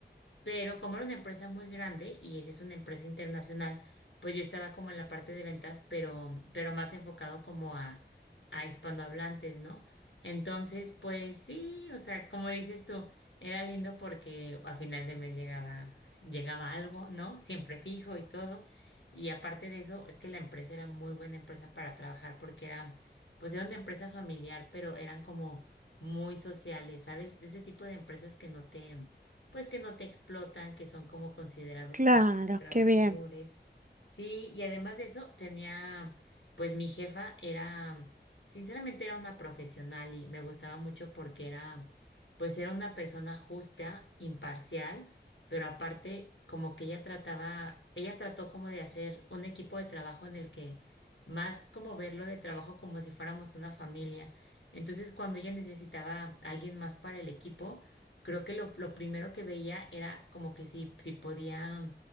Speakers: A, on the left; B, on the right.
A: Pero como era una empresa muy grande y esa es una empresa internacional, pues yo estaba como en la parte de ventas, pero, pero más enfocado como a, a hispanohablantes, ¿no? Entonces, pues sí, o sea, como dices tú, era lindo porque a final de mes llegaba, llegaba algo, ¿no? Siempre fijo y todo. Y aparte de eso, es que la empresa era muy buena empresa para trabajar porque era, pues era una empresa familiar, pero eran como muy sociales, ¿sabes? De ese tipo de empresas que no te pues que no te explotan, que son como considerados
B: Claro,
A: como trabajadores.
B: qué bien.
A: Sí, y además de eso, tenía, pues mi jefa era, sinceramente era una profesional y me gustaba mucho porque era, pues era una persona justa, imparcial, pero aparte como que ella trataba, ella trató como de hacer un equipo de trabajo en el que más como verlo de trabajo como si fuéramos una familia. Entonces, cuando ella necesitaba a alguien más para el equipo, creo que lo, lo primero que veía era como que si, si podía